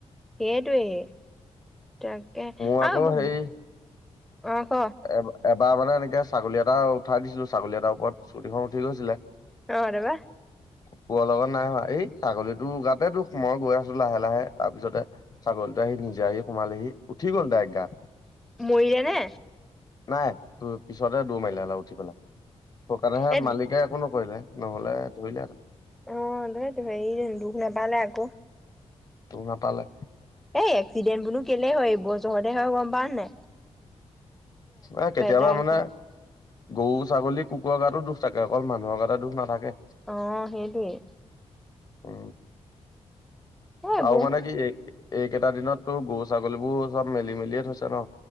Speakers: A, in the centre; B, on the left.
A: সেই টোৱেই তাকে
B: মোৰ আকৌ
A: আৰু
B: হেৰি
A: অ' ক।
B: এ এবাৰ মানে এনেকে ছাগলী এটা উঠাই দিছিলো ছাগলী এটাৰ ওপৰত স্কুটি খন উঠি গৈছিলে
A: তাৰপা
B: ককুৰৰ লগত নাই হোৱা, এই ছাগলীতোৰ গাতে দোষ মই গৈ আছো লাহে লাহে তাৰ পিছতে ছাগলী উলাই আহি নিজে আহি সোমালেহি উঠি গ'ল দাইৰেক্ট গাত
A: ম-মৰিলে নে?
B: নাই তোৰ পিছতে দৌৰ মাৰিলে অলপ উঠি পেলাই সকণেহে
A: এ
B: মালিকে একো নকৰিলে নহ'লে ধৰিলে আৰু
A: অ' তটো দুখ নাপালে আকৌ।
B: ত নাপালে
A: এই এক্সিডেণ্ট বোৰো কেলেই হয় এইবোৰৰ জহতে হয় গম পাৱ নে
B: এ কেতিয়াবা
A: নাই
B: মানে
A: <unintelligible>
B: গৰু ছাগলী কুকুৰৰ গাতো দোষ থাকে অকল মানুহৰ গাতে দোষ নাথাকে
A: অ হেটোৱেই
B: উ
A: এইবোৰ
B: আৰু মানে কি এই এইকেইটা দিনত তো গৰু ছাগলীবোৰ চব মেলি মেলিয়ে থৈছে ন।